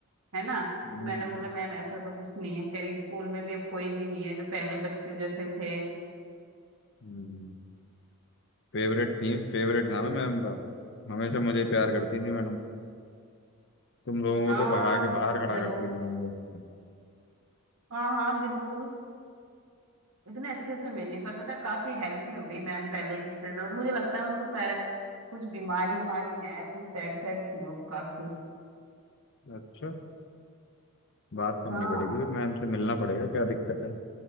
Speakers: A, on the right; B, on the left.
A: है ना
B: हम्म
A: तो मैंने बोला मैम ऐसा तो कुछ नहीं है कह रही स्कूल में भी अब कोई भी नहीं है जो पहले बच्चे जैसे थे
B: हम्म फेवरेट थीम फेवरेट था मैं मैम का हमेशा मुझे प्यार करती थी मैडम तुम लोगों को
A: हाँ
B: तो भगा के बाहर खड़ा
A: जरूर
B: करती थी तुम लोग
A: हाँ हाँ बिल्कुल इतने अच्छे से मिली पर पता है काफी हेल्थी हो गई मैम पहले से मुझे लगता है उनको शायद कुछ बीमारी बीमारी है ऐसी सैड सैड थी वो काफी
B: अच्छा बात करनी
A: हाँ
B: पड़ेगी फिर मैम से मिलना पड़ेगा क्या दिक्कत है